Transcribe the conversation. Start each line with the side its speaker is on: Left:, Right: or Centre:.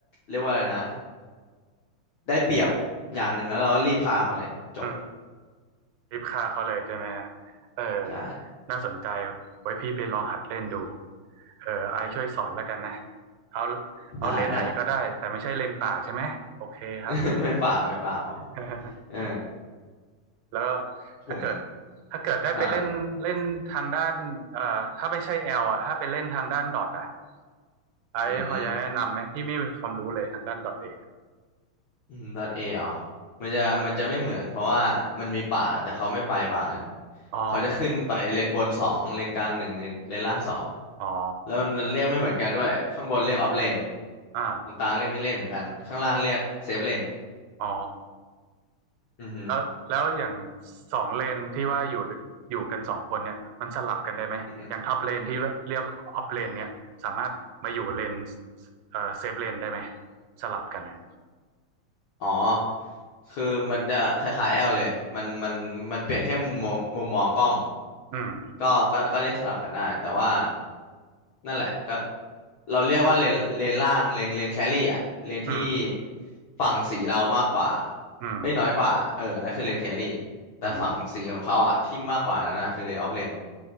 Left: เรียกว่าอะไรนะได้เปรียบอย่างหนึ่งแล้วเราก็รีบฆ่าเขาเลยจบ
Right: อืม รีบฆ่าเขาเลยใช่ไหมฮะเออ
Left: ใช่
Right: น่าสนใจไว้พี่ไปลองหัดเล่นดูเออไอซ์ช่วยสอนแล้วกันนะเอาเอาเลนส์ไหนก็ได้แต่ไม่ใช่เลนส์ป่าใช่ไหมโอเคครับ
Left: ได้ได้ <laughs> ไม่ฝ่าไม่ฝ่าพอ
Right: <laughs>
Left: เออ
Right: แล้วก็ถ้าเกิด
Left: ผม
Right: ถ้าเกิดได้ไปเล่นเล่นทางด้านเอ่อถ้าไม่ใช่แอลอ่ะถ้าไปเล่นทางด้านดอทอ่ะ
Left: อ่า
Right: ไอซ์พอจะแนะนำไหมพี่ไม่มีความรู้เลยทางด้านดอทเอ
Left: อืมอืมดอทเอเหรอมันจะมันจะไม่เหมือนเพราะว่ามันมีป่าแต่เขาไม่ไปป่ากัน
Right: อ๋อ
Left: เขาจะขึ้นไปเลนบนสองเลนกลางหนึ่งเลนเลนล่างสอง
Right: อ๋อ
Left: แล้วมันมันเรียกไม่เหมือนกันด้วยข้างบนเรียกออฟเลน
Right: อ่า
Left: ตรงกลางเรียกไม่เลนเหมือนกันข้างล่างเรียกเซฟเลน
Right: อ๋อ
Left: อือฮ
Right: แล้วแล้วอย่างสองเลนที่ว่าอยู่อยู่กันสองคนเนี่ยมันสลับกันได้ไหมอย่างท็อปเลนที่เรียกออฟเลนเนี่ยสามารถมาอยู่เลน
Left: ึ
Right: เอ่อเซฟเลนได้ไหมสลับกันเนี่ย
Left: อ๋อคือมันจะคล้ายๆแอลเลยมันมันมันเปลี่ยนแค่มุมมองมุมมองกล้อง
Right: อืม
Left: ก็ก็ก็เรียกสลับกันได้ แต่ว่านั่นแหละก็เราเรียกว่าเลนเลนล่างเลนเลนแครี่อะเลนที่
Right: อืม
Left: ฝั่งสีเรามากกว่า
Right: อืม
Left: เอ้ยน้อยกว่าเออนั่นคือเลนแครี่แต่ฝั่งสีของเขาอะที่มากกว่านั้นนะคือเลนออฟเลน
Right: อืม